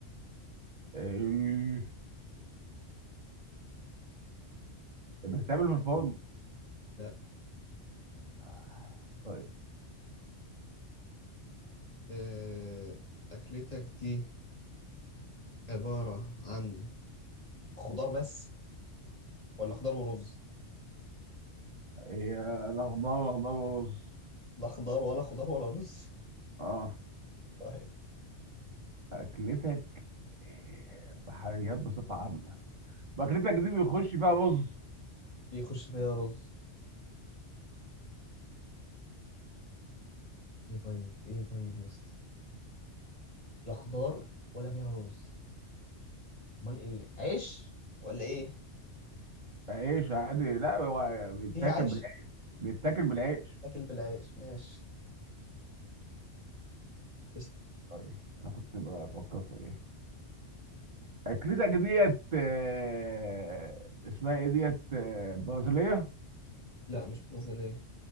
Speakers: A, on the right; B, on the left.
A: آه، بتتعمل في الفرن
B: لا
A: آه، طيب
B: أه... أكلتك دي عبارة عن خضار بس ولا خضار ورز
A: هي الاخضر الاخضر ورز
B: لا خضار ولا خضار ولا رز
A: اه
B: طيب
A: اكلتك آه، بحريات بصفة عامة واكلتك دي بيخش فيها رز
B: بيخش فيها رز ايه طيب ايه طيب يا اسطى لا خضار ولا فيها رز امال ايه عيش ولا ايه
A: عيش عادي لا هو بيتاكل
B: فيها عيش
A: بالعيش بيتاكل بالعيش
B: تاكل بالعيش ماشي است...
A: طيب انا كنت بفكر في ايه اكلتك ديت آه، اسمها ايه ديت آه، برازيليه
B: لا مش برازيلية